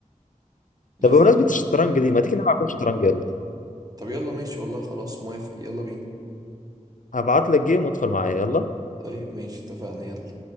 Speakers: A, on the right (about 30°); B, on the left (about 75°).
A: لذيذ
B: طب بمناسبه الشطرنج
A: والله
B: دي ما تيجي نلعب جيم شطرنج يلا
A: طب يلا ماشي والله خلاص موافق يلا بينا
B: هبعت لك جيم وادخل معايا يلا
A: طيب ماشي اتفقنا يلا